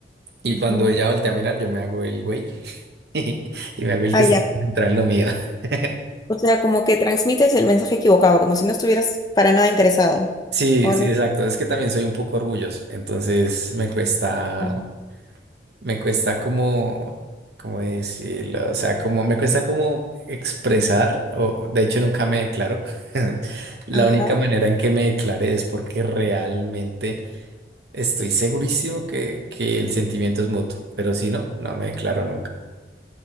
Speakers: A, on the right; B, on the left.
A: y
B: Ujú.
A: cuando ella voltea a mirar, yo me hago el güey. <laughs> Y me hago el
B: Ah,
A: que está
B: ya.
A: concentrado en lo mío. <laughs>
B: O sea, como que transmites el mensaje equivocado, como si no estuvieras para nada interesado.
A: Sí,
B: O algo.
A: sí, exacto. Es que también soy un poco orgulloso. Entonces me cuesta,
B: así.
A: me cuesta como, ¿cómo decirlo? O sea, como me cuesta como expresar, o de hecho nunca me declaro. <laughs> La
B: Ajá.
A: única manera en que me declare es porque realmente estoy segurísimo que, que el sentimiento es mutuo. Pero si no, no me declaro nunca.